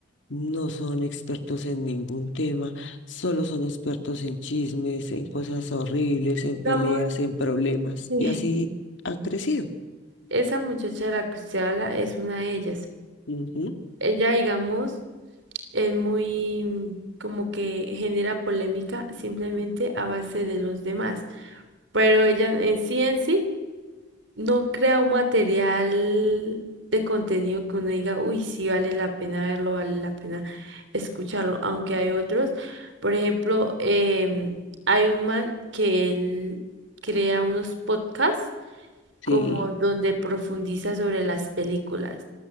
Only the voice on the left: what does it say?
no son expertos en ningún tema, solo son expertos en chismes, en cosas horribles, en
peleas, en problemas.
Y así han crecido.
Ujú,
sí.